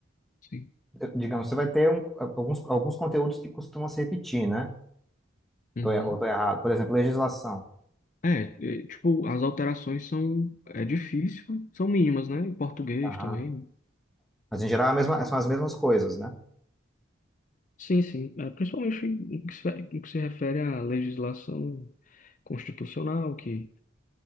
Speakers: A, on the left; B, in the centre.
A: sim.
B: digamos, você vai ter um, alguns, alguns conteúdos que costumam se repetir, né?
A: Uhum.
B: Tô, er- ou estou errado. Por exemplo, legislação.
A: É, é, tipo, as alterações são, é difícil, são mínimas, né? Em português
B: Aham.
A: também.
B: Mas em geral é a mesma- são as mesmas coisas, né?
A: Sim, sim. É, principalmente no que se, no que se refere à legislação constitucional, que